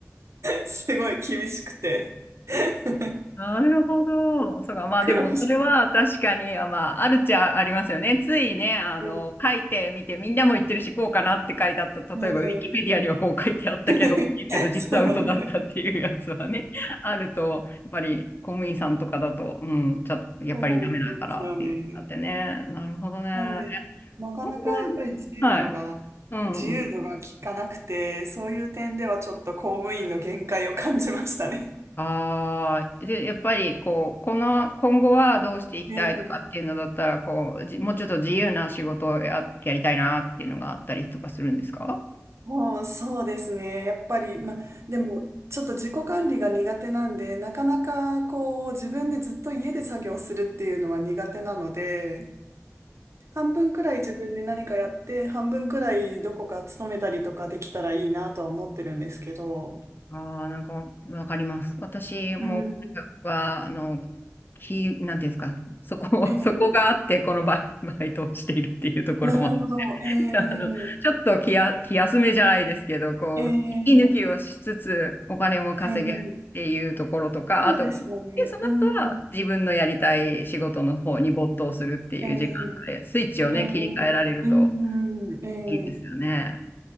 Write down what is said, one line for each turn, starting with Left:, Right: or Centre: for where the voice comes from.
Right: すごい厳しくて。<laughs>
Left: なるほど。そうか。まあでも、
Right: 苦労して、
Left: それは確かに、あまあ、あるっちゃありますよね。ついね、あの、
Right: うん
Left: 書いてみて、みんなも言ってるし、こうかなって書いてあった。例えば、
Right: ね
Left: ウィキペディアにはこう書いてあったけど、
Right: え
Left: けど、実は嘘だったっていうやつはね、
Right: <laughs> そうなんですよ
Left: <laughs> あると、やっぱり公務員さんとかだと、うん、ちょっと、やっぱりダメだからっていうのがあってね。
Right: そうなんですよね。
Left: なるほどね。
Right: なんで、なかなかやっぱり自由度が、
Left: 今後ははい。うんうん。
Right: 自由度が効かなくて、そういう点ではちょっと公務員の限界を感じましたね。
Left: ああ、で、やっぱりこう、この、今後はどうしていきたいとかっていうのだったら、
Right: ええ、
Left: こう、じもうちょっと自由な仕事をや、やりたいなっていうのがあったりとかするんですか
Right: もうそうですね。やっぱり、ま、でも、ちょっと自己管理が苦手なんで、なかなかこう、自分でずっと家で作業するっていうのは苦手なので、半分くらい自分で何かやって、半分くらいどこか勤めたりとかできたらいいなとは思ってるんですけど、
Left: ああー、なんかわかります。私も
Right: うん。
Left: は、あの、き、なんていうんですか、そこ、
Right: ええ
Left: <laughs> そこがあって、このバイ、バイトをしているっていうところも
Right: なるほど。え
Left: あの、
Right: え
Left: ちょっと気や、気休めじゃないですけど、こう、
Right: ええ
Left: 息抜きをしつつお金も稼げるっていうところとか、
Right: ええそうですよね。
Left: あと、で、その後は自分のやりたい仕事の方に没頭するっていう時間で、
Right: うん。ええ
Left: スイッチをね、
Right: ええ
Left: 切り替えられると
Right: うん、ええ
Left: いいですよね。